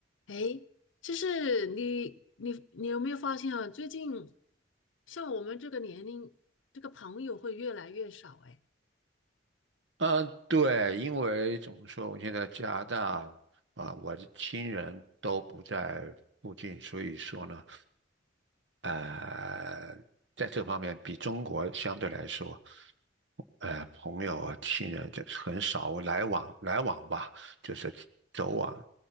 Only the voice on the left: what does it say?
诶，就是你你你有没有发现啊？最近像我们这个年龄，这个朋友会越来越少诶。